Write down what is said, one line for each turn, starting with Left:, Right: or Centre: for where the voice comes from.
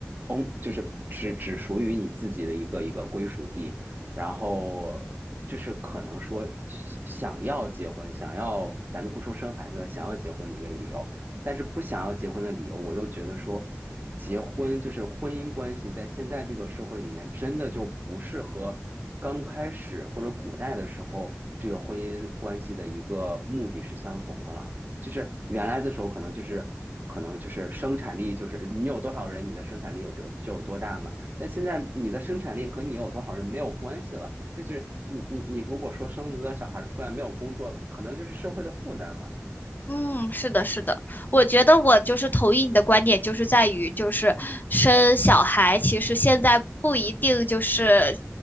Right: 嗯，就是只只属于你自己的一个一个归属地，然后这是可能说想要结婚，想要咱就不说生孩子想要结婚的一个理由。但是不想要结婚的理由，我又觉得说，结婚就是婚姻关系，在现在这个社会里面，真的就不是和刚开始或者古代的时候这个婚姻关系的一个目的是相同的了。就是原来的时候，可能就是可能就是生产力，就是你有多少人，你的生产力有就就有多大嘛。但现在你的生产力和你有多少人没有关系了，就是你你你如果说生了个小孩出来没有工作，可能就是社会的负担了。
Left: 嗯，是的，是的，我觉得我就是同意你的观点，就是在于就是生小孩，其实现在不一定就是